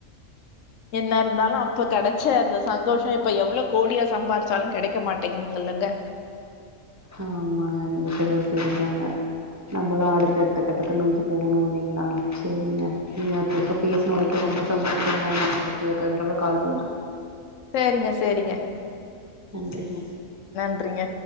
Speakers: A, on the left (about 70°); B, on the right (about 20°).
A: என்ன இருந்தாலு அப்ப கெடச்ச அந்த சந்தோஷோ இப்ப எவ்ளோ கோடியா சம்பாரிச்சாலு கெடைக்க மாட் டைங்க மங்கல்லங்க
B: அ ஆமாங்க நீங்க சொல்றது சரிதாங்க நம்மளு அடுத்த அடுத்த கட்டத்த நோக்கி போகணு இல்லைங்களா சரிங்க நீங்க ச பேசன வரைக்கு ரொம்ப சந்தோஷங்க நா அடுத்ததுக்கு ரவ கால்
A: சரிங்க சரிங்க
B: நன்றிங்க
A: நன்றிங்க